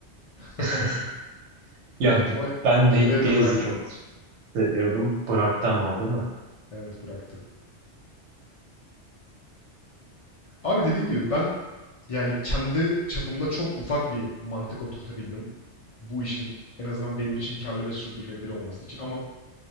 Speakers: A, on the left; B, on the right.
A: <laughs>
B: <laughs> Ya b-
A: Ama
B: ben
A: kemeri
B: Nate Diaz'ı
A: de bırakmıyor.
B: çok seviyordum. Bıraktı ama o değil mi?
A: Evet, bıraktı. Abi dediğin gibi ben yani kendi çapımda çok ufak bir mantık oturtabildim. Bu işin en azından benim için karlı ve sürdürülebilir olması için ama